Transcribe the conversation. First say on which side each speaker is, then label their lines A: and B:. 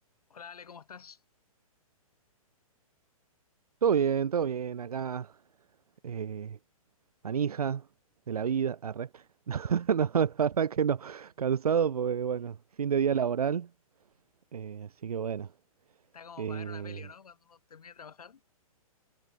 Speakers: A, on the left; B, on the right.
A: Hola Ale, ¿cómo estás?
B: Todo bien, todo bien, acá, eh, manija de la vida, arre. <laughs> No, no, la verdad que no, cansado porque, bueno, fin de día laboral, eh, así que bueno.
A: Está como
B: eh,
A: para ver una peli, ¿o ¿no? Cuando uno termina de trabajar,